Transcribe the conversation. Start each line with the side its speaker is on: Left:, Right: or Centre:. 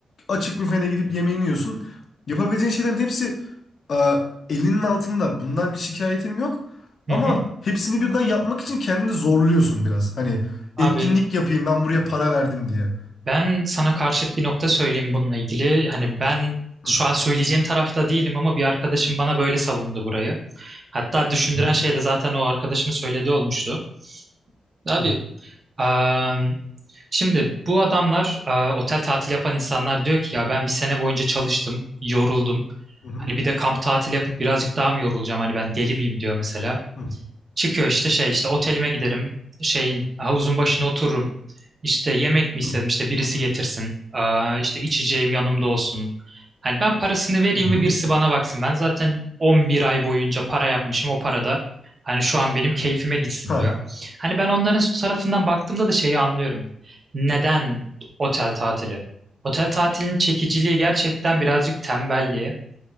Left: açık büfene gidip yemeğini yiyorsun. Yapabileceğin şeylerin hepsi e, elinin altında. Bundan bir şikayetim yok.
Right: hı
Left: Ama
Right: hı.
Left: hepsini birden yapmak için kendini zorluyorsun biraz. Hani
Right: Abi
Left: etkinlik yapayım ben buraya para verdim diye.
Right: Ben sana karşıt bir nokta söyleyeyim bununla ilgili. Hani ben
Left: Hı
Right: şu an söyleyeceğim tarafta değilim ama bir arkadaşım bana böyle savundu burayı. Hatta düşündüren
Left: hı
Right: şey de zaten o arkadaşımın söylediği olmuştu. Abi
Left: hı
Right: eee, şimdi bu adamlar eee, otel tatili yapan insanlar diyor ki ya ben bir sene boyunca çalıştım, yoruldum.
Left: hı
Right: Hani bir de kamp tatili yapıp birazcık daha mı yorulacağım? Hani ben deli miyim diyor mesela.
Left: hı
Right: Çıkıyor işte şey işte otelime giderim. Şeyin havuzun başına otururum. İşte yemek mi istedim
Left: hı
Right: işte birisi getirsin. Aa, işte içeceğim yanımda olsun. Hani ben parasını vereyim
Left: hı hı.
Right: ve birisi bana baksın. Ben zaten 11 ay boyunca para yapmışım o parada. Hani şu an benim keyfime gitsin
Left: Ha.
Right: diyor. Hani ben onların tarafından baktığımda da şeyi anlıyorum. Neden otel tatili? Otel tatilinin çekiciliği gerçekten birazcık tembelliğe.